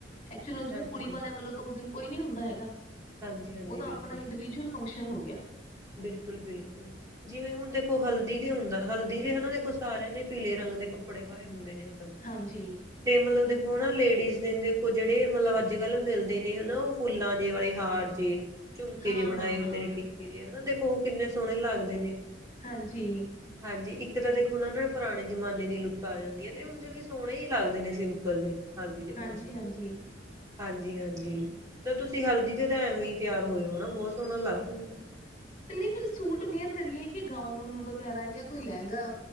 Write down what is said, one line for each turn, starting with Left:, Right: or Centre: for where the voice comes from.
Left: ਐਕਚੁਲੀਿਵੇਂ
Right: ਹਾਂਜੀ
Left: ਕੁੜੀ ਵਾਲਿਆਂ ਵੱਲੋਂ ਤਾਂ ਉਸ ਦਿਨ ਕੋਈ ਨਹੀਂ ਹੁੰਦਾ ਹੈਗਾ।
Right: ਹਾਂਜੀ ਹਾਂਜੀ
Left: ਉਹਦਾ
Right: ਬਿਲਕੁਲ
Left: ਆਪਣਾ ਇੰਡੀਵਿਜੂਅਲ ਫੰਕਸ਼ਨ ਹੋ ਗਿਆ।
Right: ਬਿਲਕੁਲ- ਬਿਲਕੁਲ। ਜਿਵੇਂ ਹੁਣ ਦੇਖੋ ਹਲਦੀ ਤੇ ਹੁੰਦਾ, ਹਲਦੀ ਤੇ ਹਨਾ ਦੇਖੋ, ਸਾਰਿਆਂ ਨੇ ਪੀਲੇ ਰੰਗ ਦੇ ਕੱਪੜੇ ਪਾਏ। ਹੁੰਦੇ ਨੇ ਉੱਦਾਂ।
Left: ਹਾਂਜੀ।
Right: ਤੇ ਮਤਲਬ ਦੇਖੋ ਹਨ ਨਾ ਲੇਡੀਜ਼ ਦੇ ਦੇਖੋ, ਜਿਹੜੇ ਮਤਲਬ, ਅਜ ਕਲ ਮਿਲਦੇ ਨੇ ਹਨਾ। ਉਹ ਫੁੱਲਾ ਜੇ ਵਾਲੇ ਹਾਰ ਜੇ, ਝੁਮਕੇ
Left: ਹਾਂ
Right: ਜੇ, ਬਣਾਏ
Left: ਹਾਂ ਹਾਂ
Right: ਹੁੰਦੇ ਨੇ ਟਿਕੇ ਜਿ ਹਨਾ। ਦੇਖੋ, ਉਹ ਕਿਨੇ ਸੋਹਣੇ ਲੱਗਦੇ ਨੇ।
Left: ਹਾਂਜੀ।
Right: ਹਾਂਜੀ। ਇਕ ਤਾਂ ਦੇਖੋ ਨਾ ਨਾਲ ਪੁਰਾਣੇ ਜਮਾਨੇ ਦੀ ਲੁੱਕ ਆ ਜਾਦੀ ਹੈ। ਤੇ ਹੁਣ ਜਵੀ ਸੋਹਣੇ ਹੀ ਲੱਗਦੇ ਨੇ ਸਿੰਪਲ ਜੇ। ਹਲਦੀ ਦੇ
Left: ਹਾਂਜੀ
Right: ਫੰਗਸ਼ਨ
Left: ਹਾਂਜੀ
Right: ਤੇ- ਹਾਂਜੀ- ਹਾਂਜੀ। ਤਾਂ ਤੁਸੀ ਹਲਦੀ ਤੇ ਤਾਂ ਐਵੇ ਹੀ ਤਿਆਰ ਹੋਏ ਹੋ ਨਾ ਬਹੁਤ ਸੋਹਣਾ ਲੱਗਦਾ ਜੀ।
Left: ਤੇ ਨਹੀ ਫਿਰ ਸੂਟ ਵੇਅਰ ਕਰੀਏ, ਕਿ ਗਾਊਨ ਵਗੈਰਾ ਜਾਂ ਕੋਈ ਲਹਿਗਾ।